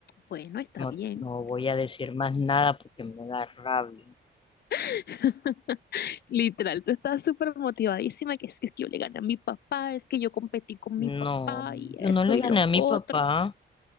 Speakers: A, on the left; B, on the left.
A: bueno, está
B: No,
A: bien.
B: no voy a decir más nada porque me da rabia.
A: <laughs> Literal, tú estabas súper motivadísima, que es que yo le gané a mi papá, es que yo competí con
B: No,
A: mi papá y
B: yo
A: esto
B: no le
A: y
B: gané
A: lo
B: a mi
A: otro.
B: papá.